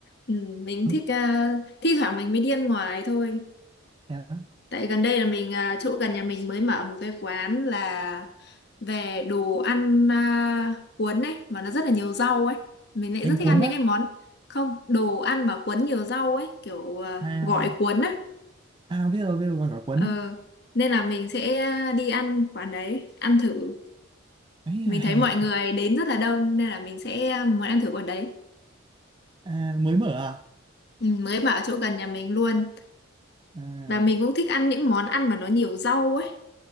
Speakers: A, on the left; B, on the right.
A: Ừ. Mình
B: Ừ,
A: thích à, thi thoảng mình mới đi ăn ngoài thôi.
B: Thế á.
A: Tại gần đây là mình à, chỗ gần nhà mình mới mở một cái quán là về đồ ăn à, cuốn ấy mà nó rất là nhiều rau ấy. Mình lại
B: Bánh
A: rất thích
B: cuốn
A: ăn những
B: á?
A: cái món không đồ ăn mà cuốn nhiều rau ấy kiểu à,
B: À,
A: gỏi cuốn á.
B: à biết rồi, biết rồi, gọi cả cuốn.
A: Ờ. Nên là mình sẽ ờ, đi ăn quán đấy ăn thử
B: Ấy
A: mình
B: à,
A: thấy mọi người đến rất là đông nên là mình sẽ muốn ăn thử quán đấy
B: à, mới mở à?
A: ừ, mới bảo chỗ gần nhà mình luôn
B: À,
A: và mình cũng thích ăn những món ăn mà nó nhiều rau ấy